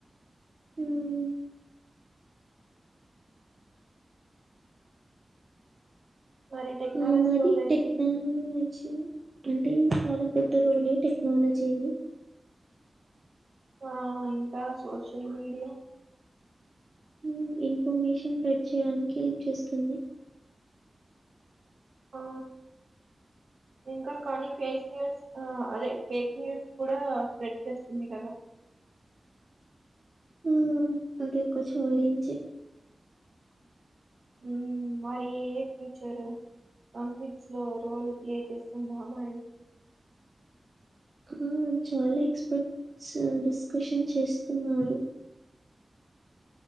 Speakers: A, on the right; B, on the right.
A: హ్మ్
B: మరి టెక్నాలజీ
A: ఆ మరి
B: రోలేంటి?
A: టెక్న లజిఅంటే చాలా పెద్ద రోలే టెక్నాలజీవి
B: ఆ ఇంకా సోషల్ మీడియా
A: హ్మ్ ఇన్ఫర్మేషన్ ప్రెచ్. చేయడానికి హెల్ప్ చేస్తుంది
B: ఆ! ఇంకా కానీ ఫేస్ న్యూస్ అదే ఫేక్ న్యూస్ కూడా స్ప్రెడ్ చేస్తుంది కదా
A: ఆ అది ఒక చాలేంజె
B: హ్మ్ మరి ఏ ఫ్యూచర్ కాన్ఫ్లిక్స్ లో రోల్ ప్లే చేస్తుంద మరి
A: ఆ చాలా ఎక్స్పర్ట్స్ డిస్కషన్ చేస్తున్నారు